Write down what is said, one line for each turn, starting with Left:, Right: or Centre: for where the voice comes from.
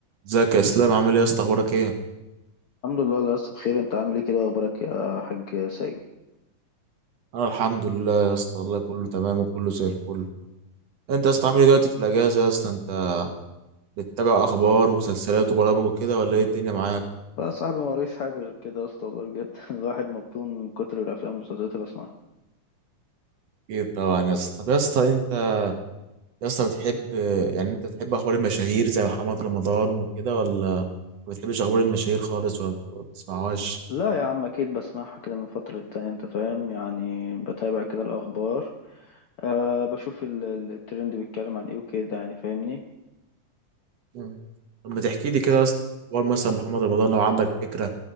Right: ازيك يا اسلام عامل ايه يا اسطى اخبارك ايه
Left: الحمد لله الله لسه بخير انت عامل ايه كده اخبارك يا حاج ساجد
Right: انا الحمد لله يا اسطى والله كله تمام وكله زي الفل انت يا اسطى عامل ايه دلوقتي في الاجازه يا اسطى انت بتتابع اخبار ومسلسلات وبرامج وكده ولا ايه الدنيا معاك
Left: بقى يا صاحبي ما وريش حاجه غير كده يا اسطى والله بجد <laughs> الواحد مبطون من كتر الافلام والمسلسلات اللي بسمعها
Right: اكيد طبعا يا اسطى طب يا اسطى انت يا اسطى بتحب يعني انت بتحب اخبار المشاهير زي محمد رمضان وكده ولا ما بتحبش اخبار المشاهير خالص ولا ما بتسمعهاش
Left: لا يا عم اكيد بسمعها كده من فتره للتانيه انت فاهم يعني بتابع كده الاخبار أه بشوف ال- ال- الترند بيتكلم عن ايه وكده يعني فاهمني
Right: مم. طب ما تحكي لي كده يا اسطى اخبار مثلا محمد رمضان لو عندك فكره